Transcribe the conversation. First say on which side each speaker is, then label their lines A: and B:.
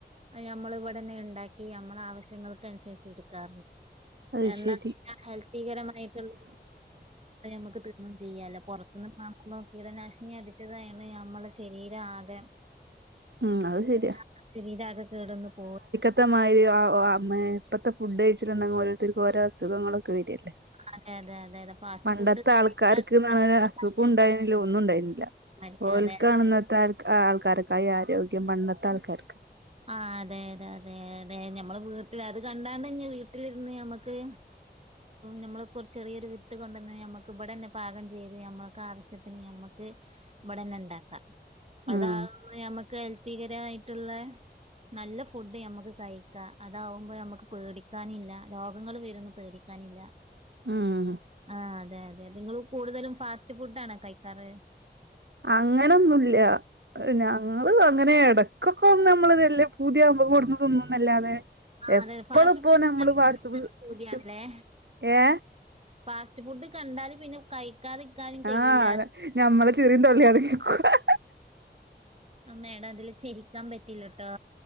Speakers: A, on the right (about 35°); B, on the right (about 80°).
A: അയ്ഞമ്മള് ഇവിടെനെണ്ടാക്കി നമ്മൾ ആവശ്യങ്ങൾ അനുസരിച്ചടുക്കാ
B: അത്
A: എന്നാ
B: ശെരി
A: ഹെൽത്തികരമായിട്ടുള്ള നമുക്ക് തീ തിന്നും ചെയ്യാലൊ പൊറത്തന്ന് മാ നോക്കി ഇവിടെ കീടനാശിനി അടിച്ചതാണ് അമ്മളെ ശരീരം ആകെ
B: ഉം അത് ശരിയാ
A: ആഹ് ശരീരാകെ കേട്വന്ന് പോ
B: ത്തരി ഇപ്പത്തെ ഫുഡ് കഴിച്ചിട്ടുണ്ടെങ്കിൽ ഓരോരുത്തർക്ക് ഓരോ അസുഖങ്ങളൊക്കെ വരില്ലേ
A: അതെ അതെ അതെ അതെ ഫാസ്റ്റ്
B: പണ്ടത്തെ
A: ഫുഡ്
B: ആൾക്കാർക്ക്ന്ന്
A: കഴിച്ചാൽ തന്നെ
B: പറഞ്ഞ
A: നമ്മുടെ
B: അസുഖം
A: ആരോഗ്യം
B: ഉണ്ടായിരുന്നില്ല ഒന്നും ഉണ്ടായിരുന്നില്ല
A: മരിക്കും
B: ഓൽ
A: അതെ
B: കാണുന്ന ആഹ് ആൾക്കാരൊക്കെ ആരോഗ്യം പണ്ടത്തെ ആൾക്കാർക്ക
A: ആഹ് അതെ അതെ അതെ അതെ ഞമ്മള് വീട്ടിൽ അത് കണ്ടാണ്ട് വീട്ടിലിരുന്ന് ഞമ്മക്ക് നമ്മൾ കുറ ചെറിയരു വിത്ത് കൊണ്ടന്ന് നമ്മുക്ക് ഇവിടെ തന്നെ പാകം ചെയ്ത് ഞമ്മൾക്ക് ആവശ്യത്തി നമ്മക്ക് ഇവിടന്നെ ഉണ്ടാക്കാം അതുമ്പ
B: ഉം
A: ഞമ്മുക്ക് ഹെൽത്തികരമായിട്ടുള്ള നല്ല ഫുഡ് മ്മുക്ക് കഴിക്കാം അതാവുമ്പോൾ നമ്മക്ക് പേടിക്കാനില്ല രോഗങ്ങൾ വരും ന്ന് പേടിക്കാനില്ല
B: ഉം
A: ആഹ് അതെ അതെ നിങ്ങള്ൾ കൂടുതലും ഫാസ്റ്റ് ഫുഡ ആണ കഴിക്കാറ്
B: അങ്ങനൊന്നുല്ല ഞങ്ങള് അങ്ങനെ ഇടക്കൊക്കെ നമ്മൾ ഇതെല്ലേ പുതിയാ <unintelligible> കൊടുന്നതൊന്നുംന്നല്ലാതെ
A: ആഹ്
B: എപ്പള
A: അതെ ഫാസ്റ്റ്
B: ഇപ്പോ
A: ഫുഡ്
B: നമ്മള്
A: കഴിക്കാൻ
B: വാട്സപ്പ്സ്
A: നല്ല പൂതിയാണ്ല്ലേ
B: ഫസ്റ്റ് ഏ
A: ഫാസ്റ്റ് ഫുഡ് കണ്ടാല് പിന്നെ കഴിക്കാതിരിക്കാനും കഴയില്ല
B: ആഹ് <unintelligible>
A: ആ മേഡം അതില് ചിരിക്കാൻ പറ്റലട്ടോ